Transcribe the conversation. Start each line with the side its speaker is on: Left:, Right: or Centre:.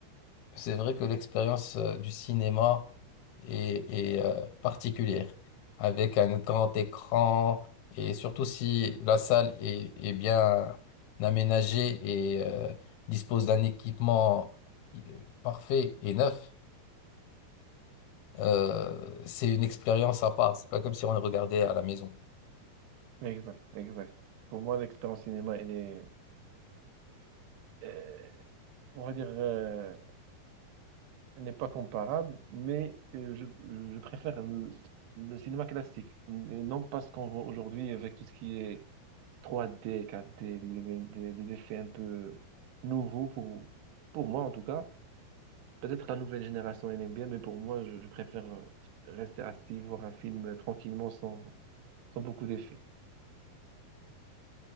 Left: C'est vrai que l'expérience euh, du cinéma est, est, euh, particulière, avec un grand écran, et surtout si la salle est, est bien aménagée et euh, dispose d'un équipement euh, parfait et neuf, euh, c'est une expérience à part. C'est pas comme si on le regardait à la maison.
Right: Exact, exact. Pour moi, l'expérience cinéma, elle est, euh, on va dire, euh, elle n'est pas comparable, mais euh, je, je préfère le, le cinéma classique, et non pas ce qu'on voit aujourd'hui avec tout ce qui est 3D, 4D, des, des- des effets un peu nouveaux pour, pour moi en tout cas. Peut-être la nouvelle génération elle aime bien, mais pour moi, je, je préfère euh, rester assis, voir un film euh, tranquillement sans, sans beaucoup d'effets.